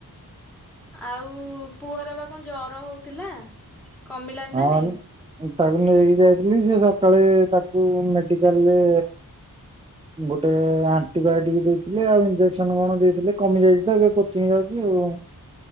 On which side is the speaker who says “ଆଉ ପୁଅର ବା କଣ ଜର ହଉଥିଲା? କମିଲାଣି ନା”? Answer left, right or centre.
Centre